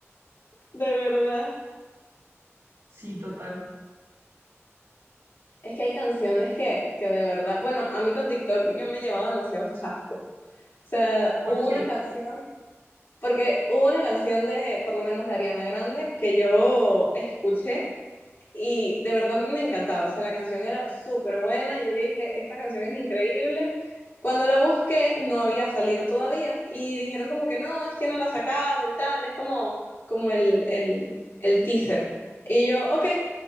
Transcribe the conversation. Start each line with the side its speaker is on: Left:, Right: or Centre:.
Left: De verdad.
Right: Sí, total.
Left: Es que hay canciones que, que de verdad, bueno, a mí con TikTok yo me he llevado demasiados chascos. O sea,
Right: ¿Por
Left: hubo
Right: qué?
Left: una canción Porque hubo una canción de, por lo menos de Ariana Grande, que yo escuché y de verdad me encantaba. O sea, la canción era súper buena. Yo dije, esta canción es increíble. Cuando la busqué, no había salido todavía. Y dijeron como que no, es que no la ha sacado y tal. Es como, como el, el, el teaser. Y yo, ok,